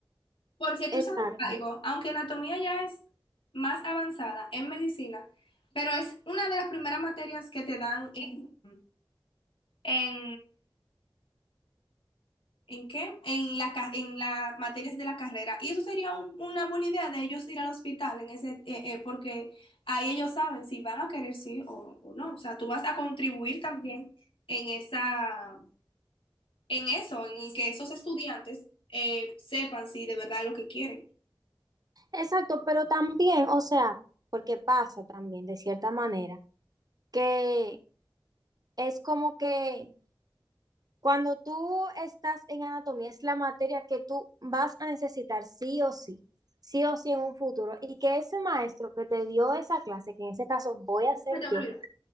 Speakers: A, on the left; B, on the right.
A: Porque tú
B: exacto.
A: sabes algo, aunque anatomía ya es más avanzada en medicina, pero es una de las primeras materias que te dan en, en ¿En qué? En la, ca- en las materias de la carrera. Y eso sería un- una buena idea de ellos ir al hospital en ese, eh, eh, porque ahí ellos saben si van a querer sí o, o no. O sea, tú vas a contribuir también en esa, en eso, en que esos estudiantes eh, sepan si de verdad es lo que quieren.
B: Exacto, pero también, o sea, porque pasa también de cierta manera, que es como que cuando tú estás en anatomía es la materia que tú vas a necesitar sí o sí, sí o sí en un futuro, y que ese maestro que te dio esa clase, que en ese caso voy a
A: Nunca
B: ser
A: te voy
B: yo,
A: a olvidar.